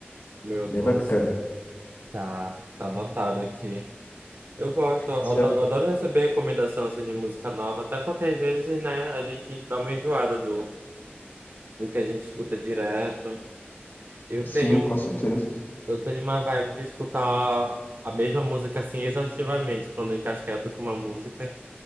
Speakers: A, on the right; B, on the left.
A: Miracles.
B: Bem bacana.
A: Tá, tá anotado aqui. Eu gosto, eu
B: Você
A: ado-
B: já-
A: eu adoro receber recomendação assim de música nova, até porque às vezes, né, a gente dá uma enjoada do, do que a gente escuta direto. Eu
B: Sim,
A: tenho,
B: com certeza.
A: eu tenho uma vibe de escutar a mesma música assim exaustivamente, quando eu encasqueto com uma música.